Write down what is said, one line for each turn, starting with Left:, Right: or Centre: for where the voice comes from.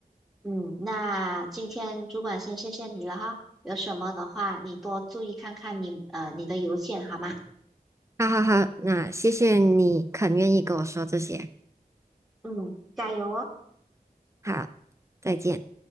Centre: 嗯，那今天主管先谢谢你了哈，有什么的话你多注意看看你呃你的邮件好吗？
Right: 好好好，那谢谢你肯愿意跟我说这些，
Centre: 嗯，加油哦。
Right: 好，再见。